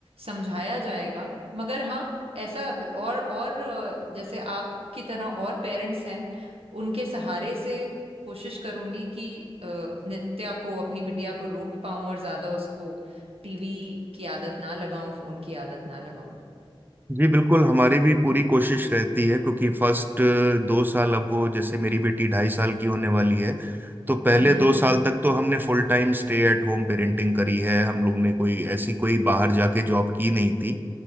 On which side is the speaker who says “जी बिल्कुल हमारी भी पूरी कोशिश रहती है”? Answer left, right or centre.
Right